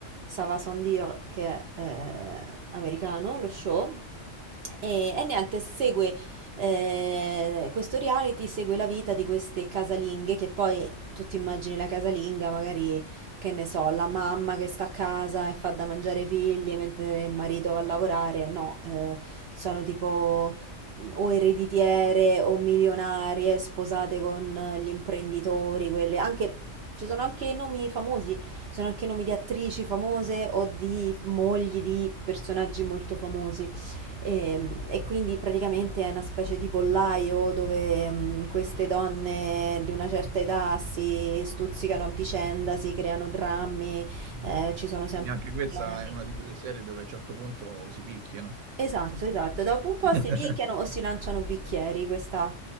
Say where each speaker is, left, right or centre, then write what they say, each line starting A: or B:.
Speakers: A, on the right (about 65°); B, on the right (about 80°).
A: ça va sans dire che è, ehm, americano lo show. E e niente, segue eh, questo reality segue la vita di queste casalinghe che poi tu ti immagini la casalinga, magari che ne so, la mamma che sta a casa e fa da mangiare i figli mentre il marito va a lavorare. No, eh, sono tipo mm, o ereditiere o milionarie sposate con eh, gli imprenditori, quelle anche. Ci sono anche nomi famosi, ci sono anche nomi di attrici famose o di mogli di personaggi molto famosi. Ehm, e quindi praticamente è una specie di pollaio dove, mhmm, queste donne di una certa età si stuzzicano a vicenda, si creano drammi, ehm, ci sono sempre
B: Quindi anche questa
A: problemi.
B: è una di quelle serie dove a un certo punto si picchiano.
A: Esatto,
B: Sostanzialmente.
A: esatto. Dopo un po' si picchiano o
B: <laughs>
A: si lanciano bicchieri, questa